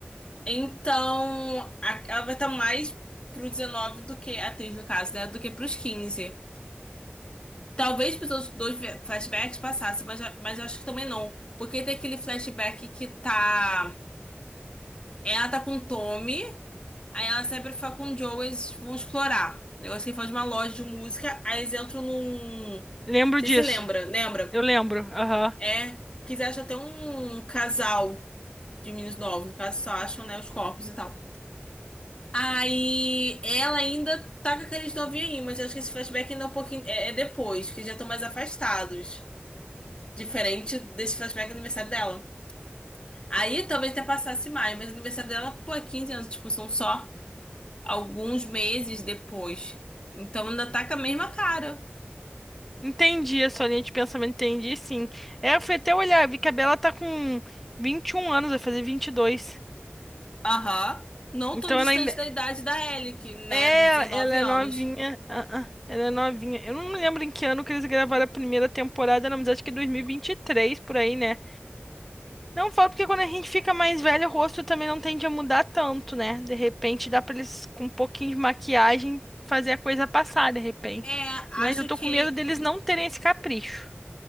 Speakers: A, on the left; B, in the centre.
A: Então, a- ela vai estar mais pro 19 do que, a atriz no caso, né? Do que pros 15. Talvez pros outros dois ve- flashbacks passassem, mas, mas eu acho que também não. Porque tem aquele flashback que tá. Ela tá com o Tommy. Aí ela sempre fala com o Joe, eles vão explorar. O negócio que ele fala de uma loja de música, aí eles entram num.
B: Lembro
A: Você
B: disso.
A: se lembra? Lembra?
B: Eu lembro. Aham.
A: É, quiser achar até um casal de meninos novos, no caso só acham, né, os corpos e tal. Aí ela ainda tá com aqueles novinhos aí, mas eu acho que esse flashback ainda é um pouquinho. É, é depois, que já estão mais afastados. Diferente desse flashback do aniversário dela. Aí talvez até passasse mais, mas o aniversário dela, pô, é 15 anos de expulsão só. alguns meses depois. Então ainda tá com a mesma cara.
B: Entendi a sua linha de pensamento, entendi sim. É, eu fui até olhar, vi que a Bela tá com 21 anos, vai fazer 22.
A: Aham. Não
B: Então
A: tão distante
B: ela ainda.
A: da idade da Ellie, que, né,
B: É,
A: dos 19
B: ela é
A: anos.
B: novinha. Ah, ah, ela é novinha. Eu não lembro em que ano que eles gravaram a primeira temporada, não, mas acho que 2023 por aí, né? Não falo porque quando a gente fica mais velho, o rosto também não tende a mudar tanto, né? De repente dá pra eles com um pouquinho de maquiagem fazer a coisa passar, de repente.
A: É,
B: Mas
A: acho
B: eu tô
A: que
B: com medo deles não terem esse capricho.